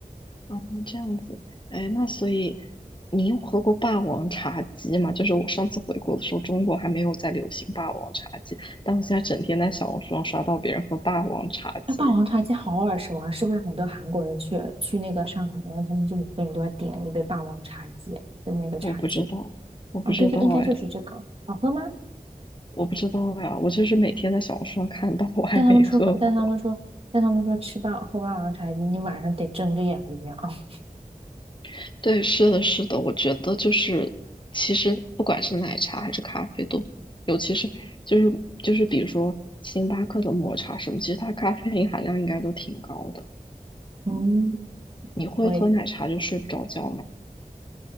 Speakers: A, on the left; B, on the right.
A: 嗯，这样子。哎，那所以你有喝过霸王茶姬吗？就是我上次回国的时候，中国还没有在流行霸王茶姬，但我现在整天在小红书上刷到别人喝霸王茶姬，
B: 那霸王茶姬好耳熟啊，是不是很多韩国人去去那个上海，然后他们就每个人都要点一杯霸王茶姬，就那个茶姬。
A: 我不知道，我不知道哎。
B: 哦，对对，应该就是这个。好喝吗？
A: 我不知道呀，我就是每天在小红书上看到，我还没喝过。
B: 但他们说但他们说，但他们说吃霸喝霸王茶姬，你晚上得睁着眼睛啊。<laughs>
A: <laughs> 对，是的，是的，我觉得就是，其实不管是奶茶还是咖啡都，尤其是就是就是比如说星巴克的抹茶什么，其实它咖啡因含量应该都挺高的。
B: 嗯，
A: 你会喝奶茶就睡不着觉嘛？
B: 我也